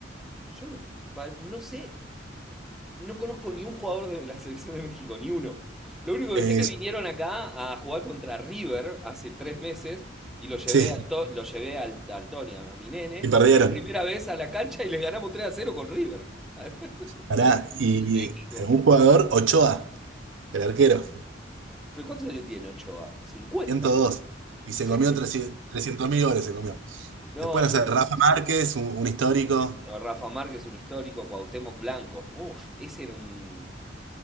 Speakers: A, in the centre; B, on the right.
A: yo no, va- no sé, no conozco ni un jugador de la selección de México, ni uno. Lo único
B: Eh,
A: que sé es que vinieron acá a jugar contra River hace tres meses y lo llevé
B: sí,
A: al, To- lo llevé al, al Tony, a, a mi nene,
B: y perdieron.
A: por primera vez a la cancha y les ganamos 3 a cero con River
B: Pará,
A: a la selección
B: y
A: de México.
B: un jugador, Ochoa, el arquero,
A: ¿Pero cuántos años tiene Ochoa? 50,
B: ciento
A: boludo?
B: dos Y se
A: Sí.
B: comió 300 mil goles, se comió.
A: No,
B: Después,
A: yo.
B: no sé, Rafa Márquez, un, un histórico.
A: no, Rafa Márquez, un histórico, Cuauhtémoc Blanco. Uf, ese era un.